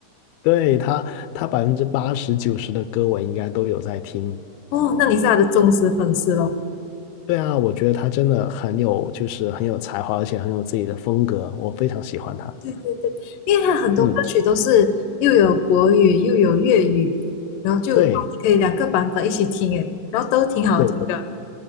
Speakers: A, on the left; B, on the left.
A: 对他他百分之八十九十的歌我应该都有在听。
B: 哦，那你是他的忠实粉丝咯。
A: 对啊，我觉得他真的很有，就是很有才华，而且很有自己的风格，我非常喜欢他。
B: 对对对，因为他很多歌曲都是又有国语又有粤语，
A: 嗯，
B: 然后就可以两个版本一起听诶，
A: 对。
B: 然后都挺好听的。
A: 对对